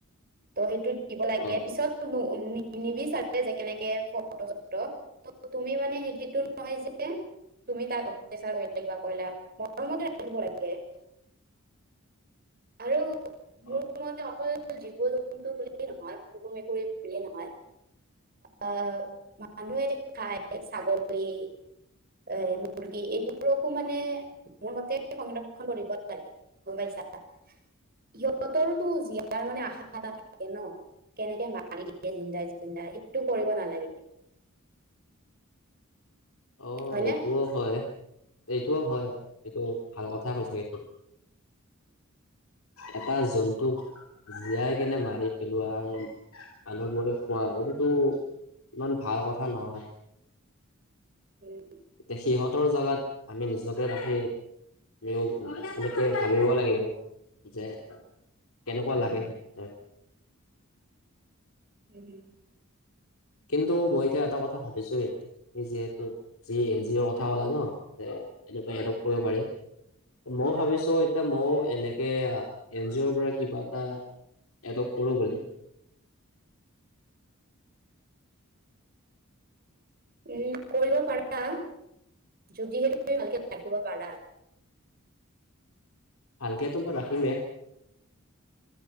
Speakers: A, on the right; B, on the left.
A: ত সেইটোত দিব লাগে
B: অ
A: পিছত নিবিচাৰে যে কেনেকে ফটো চটো ত' তুমি মানে সেইটোতটো নহয় যে তুমি তাক <unintelligible> কলা মৰমতে ৰাখিব লাগে আৰু
B: অ
A: মোৰ মতে অকল জীৱ জন্তু বুলিয়েই নহয় কুকুৰ মেকুৰী বুলিয়েই নহয় আহ মানুহে খাই ছাগলী এ মুৰ্গী এইবোৰকো মানে মোৰ মতে সংৰক্ষন কৰিব লাগে গম পাইছা সিহঁতৰটো জীয়াৰ মানে আশা এটা থাকে ন কেনেকে মাৰি দিয়ে জিন্দাই জিন্দাই সেইটো কৰিব নালাগে
B: অ
A: হয় নে
B: এইটোও হয় এইটোও হয় এইটো ভাল কথাই কৈছা <unintelligible>
A: <unintelligible>
B: এটা জন্তুক জীয়াই কেনে মাৰি পেলোৱা আৰু মানুহবোৰে খোৱা এইটোতো ইমান ভাল কথা নহয়
A: উ
B: এতিয়া সিহঁতৰ জোগাত আমি নিজকে ৰাখি আও তেনেকে ভাবিব লাগিব যে কেনেকুৱা লাগে সেই
A: <unintelligible>
B: কিন্তু মই এতিয়া এটা কথা ভাবিছো কিন্তু যিহেতু এন জি অৰ কথা কলে ন এনেকুৱা এপ কৰিব পাৰি মই ভাবিছো এতিয়া মইও এনে এন জি অ'ৰ পৰা কিবা এটা এডক কৰো বুলি
A: <unintelligible> উ কৰিব পাৰা যদিহে তুমি ভালকে ৰাখিব পাৰা
B: ভালকে তো মই ৰাখিমে